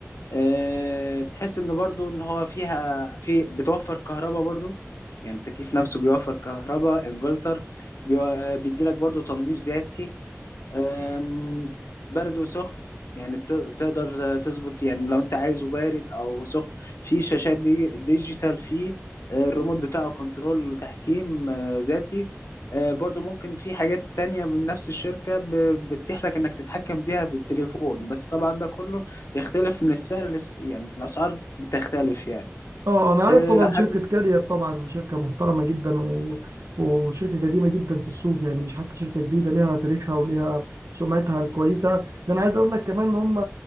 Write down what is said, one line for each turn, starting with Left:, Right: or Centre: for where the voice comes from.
Left: آه، بتحس ان برضو ان هو فيها في بتوفر كهرباء برضو يعني التكييف نفسه بيوفر كهرباء انفلتر بيدي لك برضو تنظيف ذاتي أم، برد وسخن يعني بت- بتقدر تظبط يعني لو انت عايزه بارد او سخن في شاشات دي ديجيتال في آه، الريموت بتاعه كنترول تحكيم آه، ذاتي آه، برضو ممكن في حاجات تانية من نفس الشركة ب- بتتيح لك انك تتحكم بيها بالتليفون بس طبعا ده كله بيختلف من السعر لس يعني الاسعار بتختلف يعني
Right: اه انا عارف
Left: آه،
Right: طبعا
Left: لو حابب
Right: شركة كارير طبعا شركة محترمة جدا و... وشركة قديمة جدا في السوق يعني مش حتى شركة جديدة ليها تاريخها وليها سمعتها الكويسة ده انا عايز اقول لك كمان ان هم